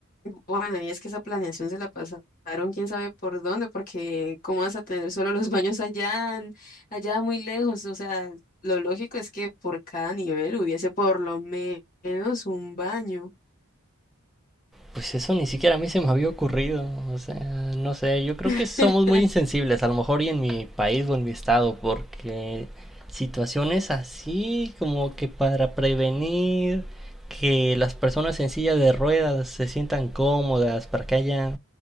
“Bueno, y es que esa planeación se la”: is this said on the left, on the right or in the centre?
Left